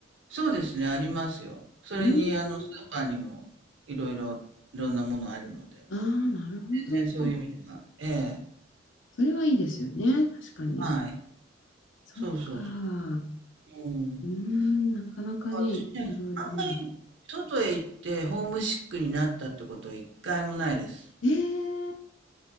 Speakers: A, on the right; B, on the left.
A: そうですね、ありますよ。それに、
B: うん。
A: あの、スーパーにも、いろいろ、いろんなものあるので。
B: ああ、なるほど。
A: 全然そういう意味では。ええ、
B: それはいいですよね。確かに。
A: はい。
B: そっか。
A: そうそうそう。うん。
B: うーん、
A: だ
B: なかなかね、
A: から私ね、
B: いろいろ。
A: あんまり、
B: うん。
A: 外へ行って、ホームシックになったってこと、一回もないです。
B: ええー、